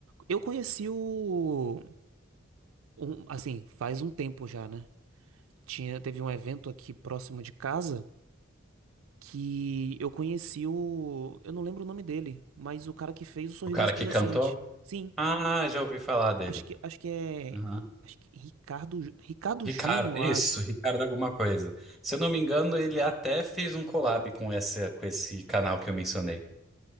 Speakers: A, on the right (about 80°); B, in the centre.
A: Eu conheci o. um- assim, faz um tempo já, né? Tinha, teve um evento aqui próximo de casa. que eu conheci o, eu não lembro o nome dele, mas o cara que fez o Sorriso
B: O cara
A: Resplandecente.
B: que cantou
A: Sim,
B: Ah, já ouvi falar dele.
A: acho que acho que é
B: Aham.
A: acho que Ricardo Jú- Ricardo
B: Ricardo,
A: Júnior, eu
B: isso,
A: acho.
B: Ricardo alguma coisa. Se eu não me engano, ele até fez um collab com essa, com esse canal que eu mencionei.